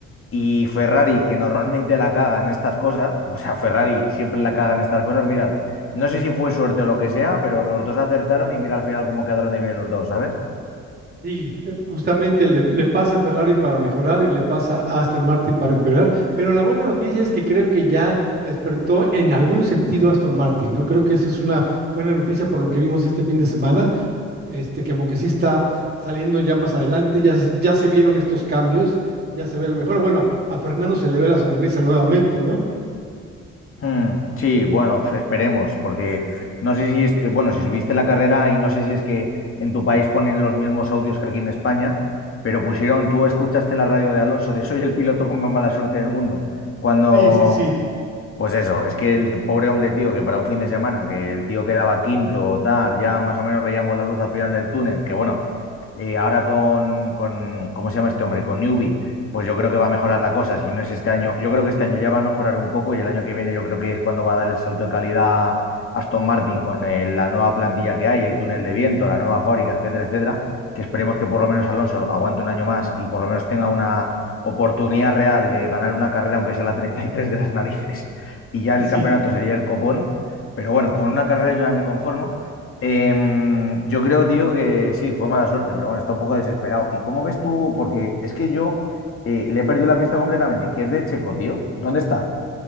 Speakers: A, on the left (about 45°); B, on the right (about 30°).
A: y Ferrari, que normalmente la caga en estas cosas, o sea, Ferrari siempre la caga en estas cosas, mirad, no sé si fue suerte o lo que sea, pero los dos acertaron y mira al final cómo quedaron de bien los dos, ¿sabes?
B: Sí, eh, justamente le, le pasa a Ferrari para mejorar y le pasa a Aston Martin para empeorar, pero la buena noticia es que creo que ya despertó en algún sentido Aston Martin, ¿no? Creo que eso es una buena noticia por lo que vimos este fin de semana, este, que como que sí está saliendo ya más adelante, ya, se- ya se vieron estos cambios, ya se ve la mejora. Bueno, a Fernando se le ve la sonrisa nuevamente, ¿no?
A: Hmm, sí, bueno, pues esperemos, porque no sé si, es, eh, bueno, si subiste la carrera y no sé si es que en tu país ponen los mismos audios que aquí en España, pero pusieron, tú escuchaste la radio de Alonso de soy el piloto con más mala suerte del mundo, cuando
B: Sí, sí, sí,
A: Pues eso, es que el pobre hombre, tío, que para un fin de semana, que el tío quedaba quinto o tal, ya más o menos veíamos la luz al final del túnel, que bueno, eh, ahora con, con, ¿cómo se llama este hombre? Con Newbie, pues yo creo que va a mejorar la cosa. Si no es este año, yo creo que este año ya va a mejorar un poco y el año que viene yo creo que es cuando va a dar el salto de calidad Aston Martin con el- la nueva plantilla que hay, el túnel de viento, la nueva fábrica, etcétera, etcétera. Que esperemos que por lo menos Alonso aguante un año más y por lo menos tenga una oportunidad real de ganar una carrera, aunque sea la 33 de las narices. Y ya el
B: sí.
A: campeonato sería el copón. Pero bueno, con una carrera yo ya me conformo. Em, yo creo, tío, que sí, fue mala suerte, pero bueno, está un poco desesperado. ¿Y cómo ves tú? Porque es que yo eh, le he perdido la pista completamente, que es de Checo, tío. ¿Dónde está?